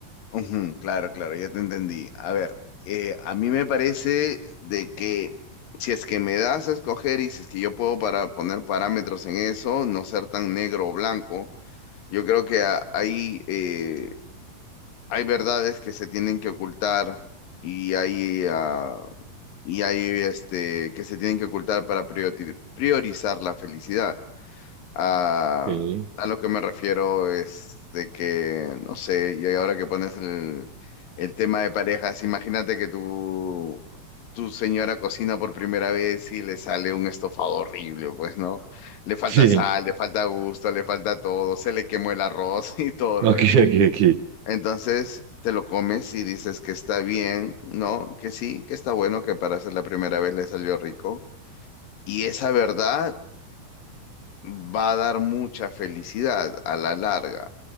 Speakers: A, on the left; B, on the right.
A: Ujú, claro, claro, ya te entendí. A ver, eh, a mí me parece de que si es que me das a escoger y si es que yo puedo para poner parámetros en eso, no ser tan negro o blanco Yo creo que a- hay, eh, hay verdades que se tienen que ocultar y hay, ah, y hay este, que se tienen que ocultar para prioriti- priorizar la felicidad. A,
B: Ok. <laughs>
A: a lo que me refiero es de que, no sé, y ahora que pones el, el tema de parejas, imagínate que tu, tu señora cocina por primera vez y le sale un estofado horrible, pues, ¿no? Le falta
B: Sí,
A: sal, le falta gusto, le falta todo, se le quemó el arroz <laughs> y todo
B: aquí,
A: lo demás.
B: aquí, aquí.
A: Entonces te lo comes y dices que está bien, ¿no? Que sí, que está bueno, que para ser la primera vez le salió rico. Y esa verdad va a dar mucha felicidad a la larga,